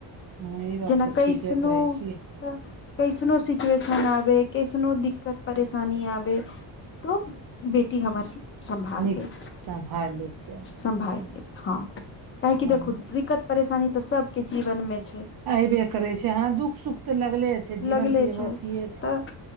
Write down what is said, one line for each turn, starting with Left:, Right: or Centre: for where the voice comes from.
Right: हँ, ई बात
Left: जेना
Right: तऽ
Left: कैसनो
Right: ठीके कहै छियै।
Left: तऽ कैसनो परिस्थिति आबै, कैसनो दिक्कत परेशानी आबै <unintelligible> तो बेटी हमर सम्हारि
Right: नीक
Left: लेत,
Right: सम्हारि लैके चाही
Left: सम्हारि
Right: हँ
Left: लेत हँ। किएक तँ
Right: हँ,
Left: देखू, दिक्कत परेशानी तऽ सभक जीवनमे छै।
Right: ऐबे करै छै हँ, दुःख सुख तऽ लगले रहै छै,
Left: लगले
Right: जीवनकेँ
Left: छै
Right: एकरंग नहि होइत छै।
Left: तऽ